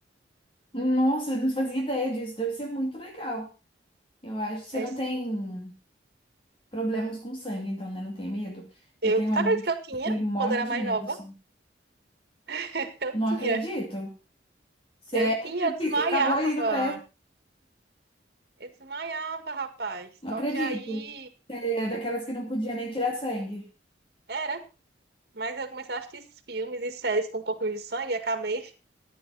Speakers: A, on the left (about 30°); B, on the right (about 55°).
A: Nossa, eu não fazia ideia disso. Deve ser muito legal. Eu acho. Você
B: É
A: não
B: sim.
A: tem problemas com sangue, então, né? Não tem medo?
B: Eu,
A: Eu tenho
B: tá
A: um amigo
B: vendo que
A: que
B: eu tinha,
A: ele morre
B: quando era
A: de
B: mais
A: medo,
B: nova?
A: assim.
B: <laughs> Eu
A: Não
B: tinha.
A: acredito. Sério,
B: Eu tinha, eu desmaiava.
A: e acabou indo pra essa.
B: Eu desmaiava, rapaz.
A: Não
B: Só
A: acredito.
B: que aí,
A: É daquelas que não podia nem tirar sangue.
B: era. Mas eu comecei a assistir filmes e séries com um pouco de sangue e acabei